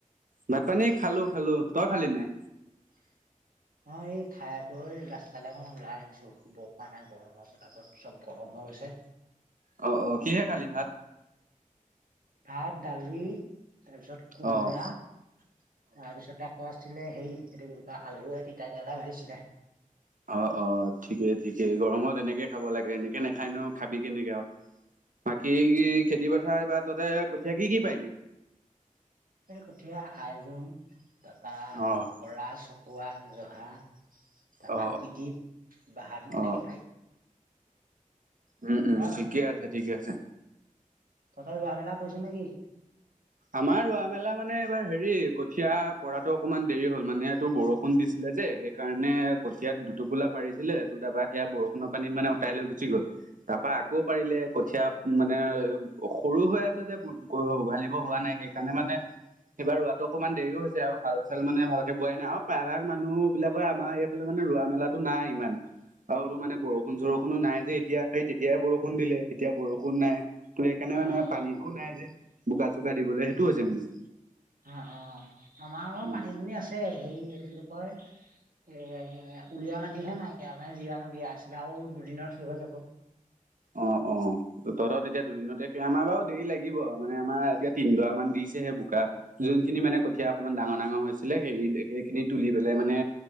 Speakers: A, on the right; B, on the right.
A: ভাত পানী খালো খালো, তই খালি নাই?
B: <inaudible> মই এই খাই বৈ ৰাস্তালে অকণমান ওলাই আহিছো, শুব পৰা নাই গৰমৰ প্ৰতাপত, ছব গৰম হৈ গৈছে।
A: অহ অহ কিহে খালি ভাত?
B: ভাত দালি তাৰপিছত কোমোৰা
A: অ',
B: তাৰপিছত। অ আছিলে হেৰি এইটো কি বুলি কয় আলুয়ে তিতা কেৰেলাই ভাজিছিলে।
A: অহ অহ ঠিকেই ঠিকেই, গৰমত এনেকেই খাব লাগে, এনেকে নাখায় নো খাবি কেনেকে আৰু। বাকি খেতি পথাৰ এইবাৰ তহতে কঠীয়া কি কি পাৰিলি?
B: কঠীয়া আইজোং তাৰপৰা
A: অ',
B: বৰা, চকোৱা, জহা। তাৰপা
A: অ অ
B: তিদ্বীপ, বাহাদুৰ এনেকেই
A: অ অ
B: পাৰি।
A: উম উম
B: ৰ
A: ঠিকে
B: মা
A: আছে ঠিকে আছে।
B: তহঁতে ৰোৱা মেলা কৰিছ নেকি?
A: আমাৰ ৰোৱা মেলা মানে এইবাৰ হেৰি কঠিয়া পৰাতো অকণমান দেৰি হ'ল মানে এইটো বৰষুণ দিছিলে যে সেই। সেই কাৰণে কঠিয়া দুটোপোলা পাৰিছিলে, তোৰ তাৰপৰা সেয়া বৰষুণৰ পানীত মানে উতাই লৈ গুচি গ'ল। তাৰপা আকৌ পাৰিলে কঠীয়া মানে সৰু হৈ আছে যে, উঘালি। ব হোৱা নাই, সেইকাৰণে মানে। এইবাৰ ৰোৱাটো অকণমান দেৰিও হৈছে আৰু হাল চাল মানে ভালকে বোৱাই নাই আৰু প্ৰায়ভাগ মানুহ বিলাকে আমাৰ ইয়াত। সেইটো ফালে মানে ৰোৱা মেলাটো নাই মানে ইমান। আৰু তোৰ মানে বৰষুণ চৰষুণো নাই যে এতিয়া, সেই তেতিয়াই বৰষুণ দিলে এতিয়া বৰষুণ নাই। ত সেইকাৰণে
B: অ',
A: মানে পানীটোও নাই যে বোকা চোকা দিবলৈ, সেইটো হৈছে মানে।
B: অ', অ', আমাৰ
A: উম,
B: পানী দুনী আছে, হেৰি এইটো কি বুলি কয়? এ উলিওা মাটিহে নাইকিয়া মে জিৱাণৰ বিয়া আছিলে আৰু দুদিনত শেষ হৈ যাব
A: অ অ তহতৰ তেতিয়া দুদিনতে আমাৰ বাৰু দেৰি লাগিব মানে আমাৰ এতিয়া তিনডৰা মান দিছেহে বোকা যোনখিনি মানে কঠিয়া অকমান ডাঙৰ ডাঙৰ হৈছিলে সেই সেইখিনি তুলি পেলাই মানে